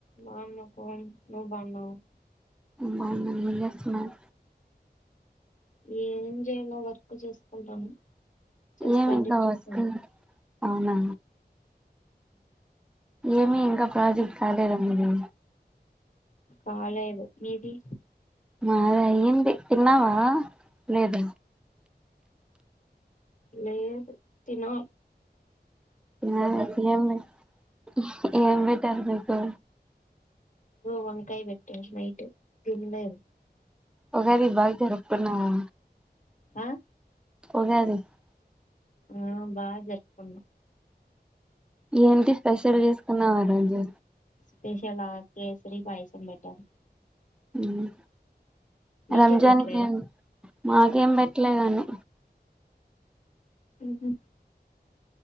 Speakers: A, on the left; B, in the centre.
A: బాగున్న నువ్వు బాగున్నావా
B: బాగున్నా ఏం చేస్తున్నావు
A: ఏం చేయలా వర్క్ చేసుకుంటన చేస్తాండి
B: ఏమి ఇంకా
A: చూస్తాం
B: వర్క్ అవునా ఏమి ఇంకా ప్రాజెక్ట్ కాలేద మీది
A: కాలేదు మీది
B: మాది అయ్యింది తిన్నావా లేద
A: లేదు తినలీ
B: <unintelligible> ఏం పెట్టారు మీకు
A: వంకాయ పెట్టిరు నైటు తినలేదు
B: ఉగాది బాగా జరుపుకున్నావా
A: ఆ
B: <unintelligible>
A: ఆ బాగా జరుపుకున్నా
B: ఏంటి స్పెషల్ చేసుకున్నావ్ ఆ రోజు
A: స్పేషల్ ఆ కేసరి పాయసం పెట్టాను
B: హ్మ్
A: మీకేం
B: రంజాన్
A: పెట్టలేదా
B: కి మాకేం పెట్టలేదండి
A: ఉహు